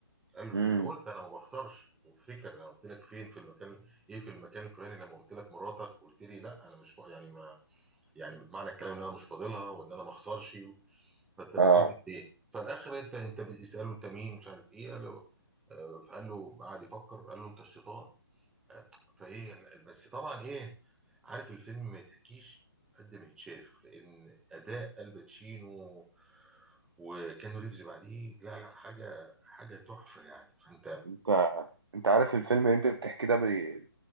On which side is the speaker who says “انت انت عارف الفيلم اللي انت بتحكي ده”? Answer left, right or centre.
Right